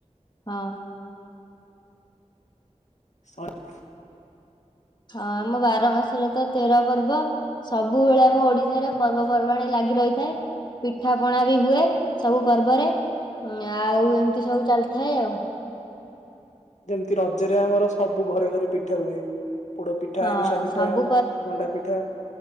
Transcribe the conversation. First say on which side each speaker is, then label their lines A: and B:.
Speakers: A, on the left (about 40°); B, on the left (about 75°).
A: ହଁ
B: ସ <unintelligible>
A: ହଁ ଆମ ବାର ମାସରେ ତ ତେର ପର୍ବ ସବୁବେଳେ ଆମ ଓଡିଶାରେ ପର୍ବପର୍ବାଣିୀ ଲାଗି ରହିଥାଏ। ପିଠା ପଣା ବି ହୁଏ ସବୁ ପର୍ବରେ ଆଉ ଏମିତି ସବୁ ଚାଲିଥାଏ ଆଉ
B: ଯେମିତି ରଜରେ ଆମର ସବୁ ଘରେ ଘରେ ପିଠା ହୁଏ ପୋଡ ପିଠା
A: ହଁ
B: ଆରିସା ପିଠା
A: ସବୁ
B: ମଣ୍ଡା ପିଠା